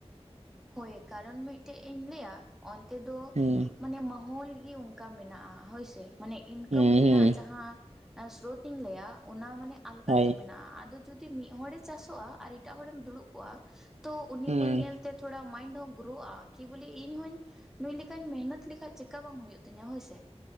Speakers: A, in the centre; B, on the right (about 80°).
A: ᱦᱳᱭ ᱠᱟᱨᱚᱱ ᱢᱤᱫᱴᱮᱡ ᱤᱧ ᱞᱟᱹᱭᱟ, ᱚᱱᱛᱮ ᱫᱚ
B: ᱦᱩᱸ
A: ᱢᱟᱱᱮ ᱢᱟᱦᱚᱞ ᱜᱮ ᱩᱼᱼ ᱠᱟ ᱢᱮᱱᱟᱜᱼᱟ ᱦᱳᱭᱥᱮ ᱢᱟᱱᱮ ᱤᱱᱠᱟᱢ
B: ᱦᱩᱸ
A: ᱨᱮᱱᱟᱜ
B: ᱦᱩᱸ
A: ᱡᱟᱦᱟᱸ ᱥᱨᱳᱛ ᱤᱧ ᱞᱟᱹᱭᱟ ᱚᱱᱟ ᱢᱟᱱᱮ ᱟᱞᱜᱟᱛᱮ
B: ᱦᱳᱭ
A: ᱢᱮᱱᱟᱜᱼᱟ ᱟᱫᱚ ᱡᱩᱫᱤ ᱢᱤᱫ ᱦᱚᱲᱮ ᱪᱟᱥᱚᱜᱼᱟ ᱟᱨ ᱮᱴᱟᱜ ᱦᱚᱲᱮᱢ ᱫᱩᱲᱩᱵ ᱠᱚᱜᱼᱟ ᱛᱚ ᱩᱱᱤ
B: ᱦᱩᱸ
A: ᱧᱮᱞ ᱧᱮᱞ ᱛᱮ ᱛᱷᱚᱲᱟ ᱢᱟᱭᱤᱱᱰ ᱦᱚᱸ ᱜᱳᱨᱳᱜᱼᱟ ᱠᱤ ᱵᱚᱞᱮ ᱤᱧ ᱦᱚᱧ ᱱᱩᱭ ᱞᱮᱠᱟᱧ ᱢᱮᱦᱚᱛ ᱞᱮᱠᱷᱟᱡ ᱪᱮᱠᱟ ᱵᱟᱝ ᱦᱩᱭᱩᱜ ᱛᱤᱧᱟᱹ ᱦᱳᱭ ᱥᱮ